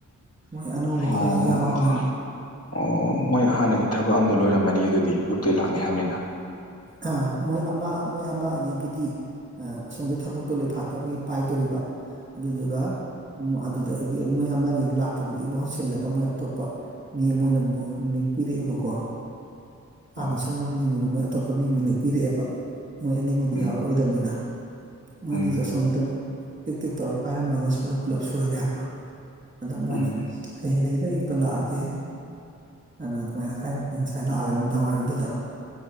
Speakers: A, on the right; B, on the left.
A: ꯃꯣꯏ ꯑꯅꯧꯕ
B: ꯑꯣ
A: ꯈꯔꯁꯨ ꯌꯥꯎꯔꯅꯤꯅ
B: ꯑꯣ ꯃꯣꯏ ꯍꯥꯟꯅꯒꯤ ꯊꯕꯛ ꯑꯝꯗ ꯂꯣꯏꯔꯝꯃꯅꯤ ꯑꯗꯨꯗꯤ ꯌꯨꯛꯇ ꯂꯥꯛꯅꯤ ꯍꯥꯏꯕꯅꯤꯅ
A: ꯑ ꯃꯣꯏ ꯑꯃ ꯃꯣꯏ ꯑꯃ ꯑꯅꯤꯕꯨꯗꯤ ꯑꯁꯣꯝꯒꯤ ꯊꯕꯛꯇꯣꯂꯐꯥꯠꯇꯕꯒꯤ ꯄꯥꯏꯗꯣꯔꯤꯕ ꯑꯗꯨꯗꯨꯒ ꯑꯗꯨꯗꯒꯤ ꯃꯣꯏ ꯑꯃ ꯑꯅꯤꯗꯨ ꯂꯥꯛꯇꯕꯗꯨꯒꯤ ꯃꯍꯨꯠ ꯁꯤꯜꯂꯒ ꯃꯣꯏ ꯑꯇꯣꯞꯄ ꯃꯤ ꯑꯃ ꯑꯣꯏꯅ ꯑꯃꯨꯛ ꯅꯦꯛꯄꯤꯔꯛꯑꯦꯕꯀꯣ ꯍꯥꯟꯅ
B: ꯎꯝ
A: ꯁꯨꯔꯝ ꯃꯤꯁꯤꯡꯗꯨꯅ ꯃꯣꯏ ꯑꯇꯣꯞꯄ ꯃꯤ ꯑꯃꯨꯗ ꯄꯤꯔꯛꯑꯦꯕ ꯃꯣꯏ ꯑꯅꯤꯃꯗꯤ
B: ꯎꯝ
A: ꯌꯥꯎꯔꯛꯔꯣꯏꯗꯕꯅꯤꯅ ꯃꯣꯏꯅꯤ
B: ꯎꯝ
A: ꯑꯁꯣꯝꯒꯤꯗꯣ ꯇꯤꯛ ꯇꯤꯛ ꯇꯧꯔꯒ ꯄꯥꯏꯔꯝꯃꯒ ꯑꯁꯣꯝꯗ ꯄꯨꯂꯞ ꯁꯨꯔꯒꯦ ꯍꯥꯏꯕ ꯑꯗꯣ ꯃꯣꯏꯅ
B: ꯎꯝ
A: ꯍꯌꯦꯡꯗꯒꯤ ꯑꯌꯨꯛꯇ ꯂꯥꯛꯑꯒꯦ ꯑꯗꯨꯅ ꯑꯗꯨꯃꯥꯏꯅ ꯍꯥꯏꯝꯅꯤ ꯉꯁꯥꯏ ꯂꯥꯛꯑꯒ ꯅꯨꯡꯗꯥꯡꯋꯥꯏꯔꯝꯗꯨꯗ